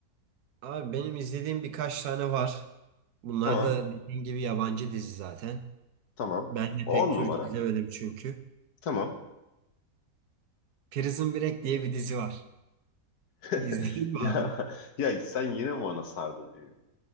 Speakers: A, on the right; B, on the left.
A: Abi benim izlediğim birkaç tane var. Bunlar
B: Tamam.
A: da dediğin gibi yabancı dizi zaten.
B: Tamam.
A: Ben de
B: On
A: pek Türk
B: numara.
A: izlemedim çünkü.
B: Tamam.
A: Prison Break diye bir dizi var. <laughs>
B: <laughs>
A: İzledin mi
B: Ya
A: abi?
B: ya sen yine mi bana sardın? ya?